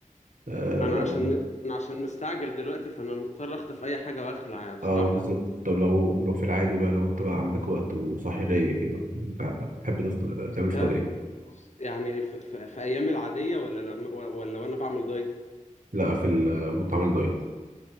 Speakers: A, on the right; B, on the left.
A: اه,
B: انا عشان م... انا عشان مستعجل دلوقتي فانا مضطر اخطف اي حاجه واخلع يعني بصراحه
A: آه بالظبط طب لو لو في العادي بقى لو انت بقى عندك وقت وصاحي رايق كده انت تحب تفطر تعمل
B: ده
A: فطار ايه؟
B: يعني في, في... في ايام العاديه ولا لما... ولا وانا بعمل دايت
A: لا في ال- مطعم الدايت